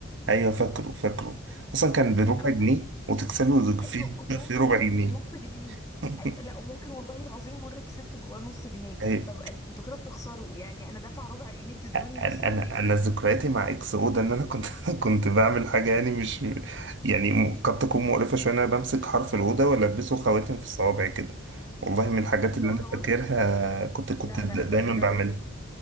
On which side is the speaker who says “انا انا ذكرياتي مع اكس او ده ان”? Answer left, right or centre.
Right